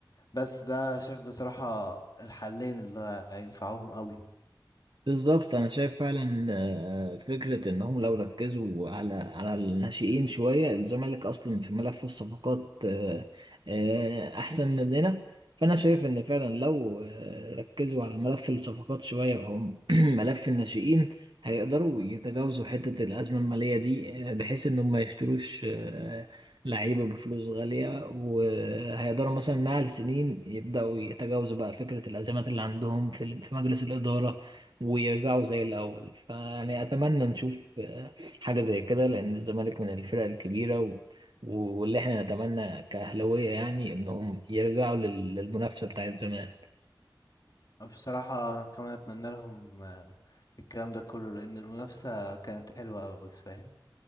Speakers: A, on the left (about 55°); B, on the right (about 80°).
A: بس ده شايف بصراحة الحلين اللي هينفعوهم قوي
B: بالظبط انا شايف فعلا آه، فكره انهم لو ركزوا على على الناشئين شويه الزمالك اصلا في ملف الصفقات آه، آه، احسن مننا فانا شايف ان فعلا لو آه، ركزوا على ملف الصفقات شويه او <clears throat> ملف الناشئين هيقدروا يتجاوزوا حته الازمه الماليه دي آه، بحيث انهم ما يشتروش آه، لعيبه بفلوس غاليه وهيقدروا مثلا مع السنين يبداوا يتجاوزوا بقى فكره الازمات اللي عندهم في في مجلس الاداره ويرجعوا زي الأول فيعني أتمنى نشوف آه، حاجة زي كده لأن الزمالك من الفرق الكبيرة و... واللي احنا نتمنى كأهلاوية يعني إنهم يرجعوا لل- للمنافسة بتاعت زمان
A: بصراحة انا كمان اتمنى لهم آه، الكلام ده كله لان المنافسة كانت حلوة قوي فاهم